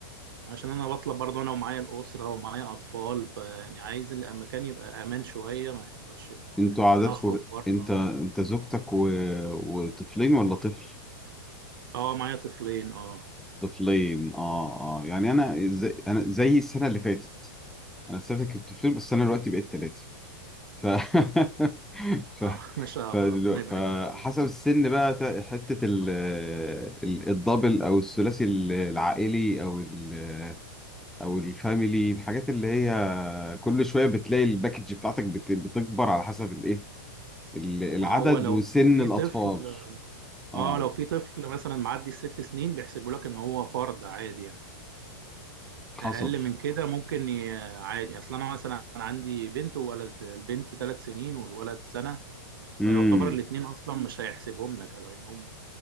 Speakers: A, on the right; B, in the centre.
A: عشان انا بطلب برضو انا ومعايا الأسرة ومعايا اطفال فيعني عايز المكان يبقى امان شوية ما يقدرش ان هو
B: انتوا
A: ان
B: عاداتكم
A: انا اخرج بره
B: انت انت زوجتك و... وطفلين ولا طفل
A: اه معايا طفلين اه
B: طفلين اه اه يعني انا زي... انا زي السنه اللي فاتت انا السنه اللي فاتت كنت طفلين بس انا دلوقتي بقيت ثلاثه ف <laughs> <laughs> ف...
A: اه <laughs> ما شاء
B: فدلو...
A: الله ربنا يبارك
B: فحسب
A: لك فيهم
B: السن بقى ت- حتة ال... ال- الدبل أو الثلاثي العائلي أو ال... أو الفاميلي الحاجات اللي هي كل شوية بتلاقي الباكج بتاعتك بت... بتكبر على حسب الإيه ال- العدد
A: ما هو لو
B: وسن
A: في
B: الأطفال
A: طفل
B: آه
A: اه لو في طفل مثلا معدي الست سنين بيحسبوا لك ان هو فرد عادي يعني
B: حصل
A: اقل من كده ممكن ي- عادي اصل انا مثلا عندي بنت وولد البنت ثلاث سنين والولد سنه
B: امم
A: فيعتبر الاثنين اصلا مش هيحسبهم لك لانهم